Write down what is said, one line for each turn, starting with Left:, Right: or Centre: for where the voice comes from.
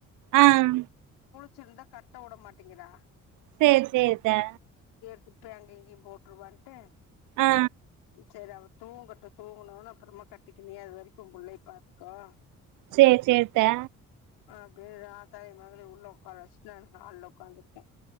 Right: அம்
Left: ச்சிருந்தா கட்ட வுட மாட்டேங்கிறா
Right: சேரி சேரித்தே
Left: இப்பே அங்க இங்கயு போட்டுருவான்ட்டு
Right: ஆ
Left: செரி அவ தூங்கட்டு தூங்கணுன்னே அப்புறமா கட்டிக்க நீ அது வரைக்கு உம் புள்ளைய பாத்துக்கோ
Right: சேரி சேரித்தே
Left: அப்டியே ஆத்தாயு மகளயு உள்ள உக்கார வெச்சுட்டு நா ஹால்ல உக்காந்துருக்கே